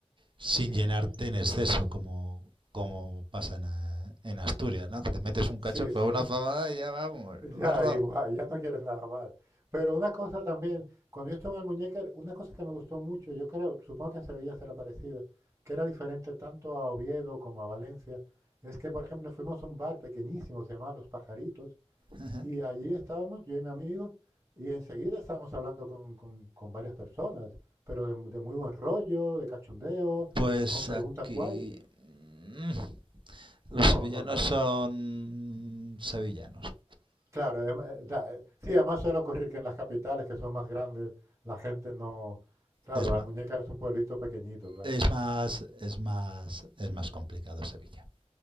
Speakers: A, on the right; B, on the right.
A: sin llenarte en exceso, como, como pasa en, a- en Asturias, ¿no? Que te metes un cacho
B: Sí,
A: por
B: sí,
A: una fabada y ya vamos,
B: ya
A: barro.
B: igual, ya no quieres nada más. Pero una cosa también, cuando yo estuve en Almuñécar, una cosa que me gustó mucho, yo creo, supongo que en Sevilla será parecida, que era diferente tanto a Oviedo como a Valencia, es que, por ejemplo, fuimos a un bar pequeñísimo, se llamaba Los Pajaritos,
A: Ajá.
B: y allí estábamos, yo y mi amigo, y enseguida estábamos hablando con, con- con varias personas, pero de, de muy buen rollo, de cachondeo,
A: Pues
B: con preguntas
A: aquí...
B: guays.
A: mm, Los sevillanos
B: No, no tanto.
A: son sevillanos.
B: Claro, em, eh, da, eh, sí, además suele ocurrir que en las capitales que son más grandes, la gente no... Claro,
A: Es más,
B: Almuñécar es un pueblito pequeñito, claro.
A: es más, es más, es más complicado Sevilla.